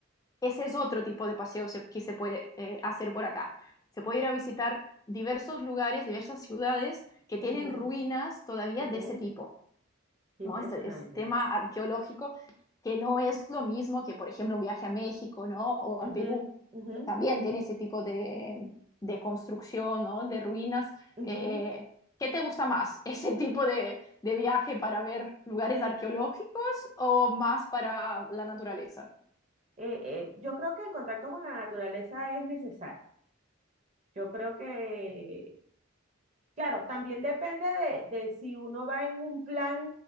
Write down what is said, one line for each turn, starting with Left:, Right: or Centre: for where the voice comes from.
Left: Ese es otro tipo de paseo se- que se puede eh, hacer por acá. Se puede ir a visitar diversos lugares, diversas ciudades que tienen
Right: ujú,
Left: ruinas todavía
Right: ujú,
Left: de
Right: ujú.
Left: ese tipo,
Right: Qué
Left: ¿no?
Right: impresionante.
Left: Ese, ese tema arqueológico que no es lo mismo que, por ejemplo, un viaje a México, ¿no? O a
Right: Ujú,
Left: Perú,
Right: ujú,
Left: que también tiene ese tipo de, de construcción, ¿no? De ruinas.
Right: ujú.
Left: Eh, ¿qué te gusta más? <laughs> ¿Ese tipo de, de viaje para ver lugares arqueológicos o más para la naturaleza?
Right: Eh, eh, yo creo que el contacto con la naturaleza es necesario. Yo creo que, claro, también depende de, de si uno va en un plan